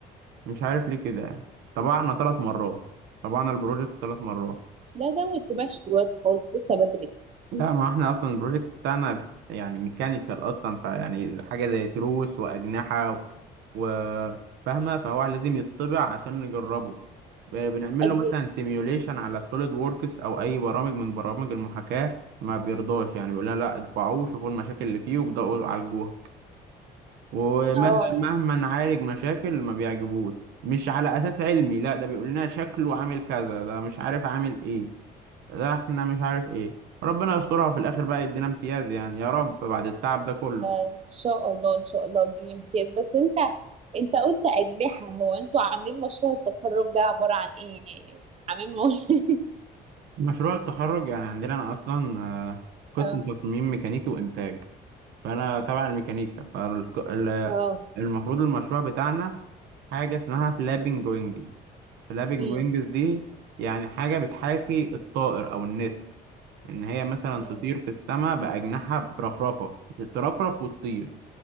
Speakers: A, on the right; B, on the right.
A: مش عارف ليه كده يعني طبعنا ثلاث مرات طبعنا البروجكت ثلاث مرات
B: لا ده ما يتبعش دلوقتي خالص لسه بدري
A: لا ما احنا اصلا البروجكت بتاعنا يعني ميكانيكال اصلا فيعني حاجه زي تروس واجنحه و... و- فاهمه فهو لازم يطبع عشان نجربه بنعمل
B: أج...
A: له مثلا سيميوليشن على سوليد ووركس او اي برامج من برامج المحاكاه ما بيرضاش يعني بيقول لنا لا اطبعوه شوفوا المشاكل اللي فيه وابداوا عالجوها ومثلا
B: اه
A: مهما نعالج مشاكل ما بيعجبوش مش على اساس علمي لا ده بيقول لنا شكله عامل كذا ده مش عارف عامل ايه ده احنا مش عارف ايه ربنا يسترها وفي الاخر بقى يدينا امتياز يعني يا رب بعد التعب ده كله
B: ان شاء الله ان شاء الله تجيب امتياز بس انت انت قلت اجنحه هو انتوا عاملين مشروع التخرج ده عباره عن ايه عاملين مول <laughs>
A: مشروع التخرج يعني عندنا انا اصلا آه، قسم
B: اه
A: تصميم ميكانيكي وانتاج فانا تبع الميكانيكا فالمفروض
B: اه
A: المشروع بتاعنا حاجه اسمها فلابنج وينجز فلابنج
B: امم
A: وينجز دي يعني حاجه بتحاكي الطائر او النسر ان هي مثلا
B: امم
A: تطير في السماء باجنحه برفرفه تترفرف وتطير